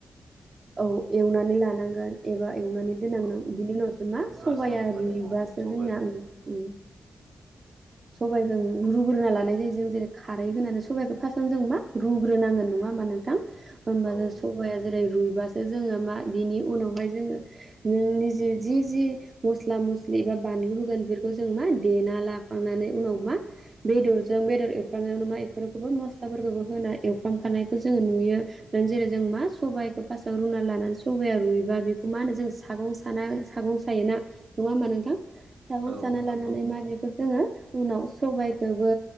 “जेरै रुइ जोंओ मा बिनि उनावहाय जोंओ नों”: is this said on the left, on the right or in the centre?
Right